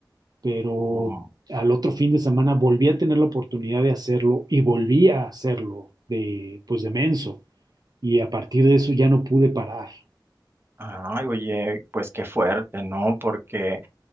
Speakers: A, on the right; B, on the right.
A: pero
B: Oh,
A: al otro fin de semana volví a tener la oportunidad de hacerlo y volví a hacerlo de pues de menso. y a partir de eso ya no pude parar.
B: Ay, oye, pues qué fuerte, ¿no? Porque...